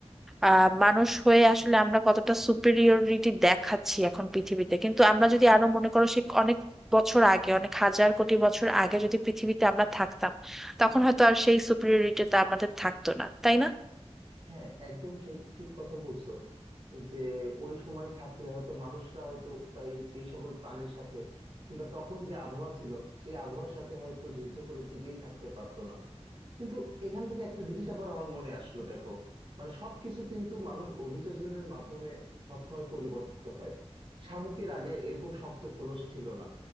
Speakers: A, in the centre; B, on the right.
A: আহ মানুষ হয়ে আসলে আমরা কতটা সুপিরিয়রিটি দেখাচ্ছি এখন পৃথিবীতে কিন্তু আমরা যদি আরো মনে করো সে অনেক বছর আগে অনেক হাজার কোটি বছর আগে যদি পৃথিবীতে আমরা থাকতাম তখন হয়তো আর সেই সুপিরিয়রিটিটা আমাদের থাকতো না তাই
B: হ্যাঁ একদম ঠিক ঠিক কথা বলছো যে ওই সময় থাকলে হয়তো মানুষরা হয়তো তাই এই সকল প্রাণীর সাথে কিংবা তখন যে আবহাওয়া ছিল সেই আবহাওয়ার সাথে হয়তো যুদ্ধ করে টিকেই থাকতে পারতো না কিন্তু এখান থেকে একটা জিনিস আবার আমার মনে আসলো দেখো মানে সবকিছু কিন্তু মানুষ অভিযোজনের মাধ্যমে সবসময় পরিবর্তিত হয় শামুকের আগে এরকম শক্ত খোলস ছিল না